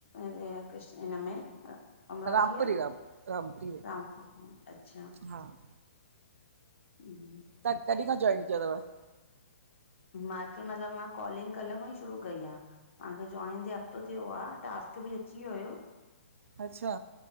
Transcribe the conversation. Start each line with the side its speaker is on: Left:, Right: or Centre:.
Left: आहु ई कृष हिनमें अमरावती
Right: रामपुरी राम रामपुरी में।
Left: आह ता अच्छा।
Right: हा
Left: <inaudible>
Right: तव्हां कॾहिं खां जॉइन कयो थव?
Left: माखे मतलबु मां कॉलिंग कल्ह खों ई शुरू कई आह। मा खे जॉइन थ्ये हफ़्तो थियो आह टास्क बि अची वियो।
Right: अच्छा।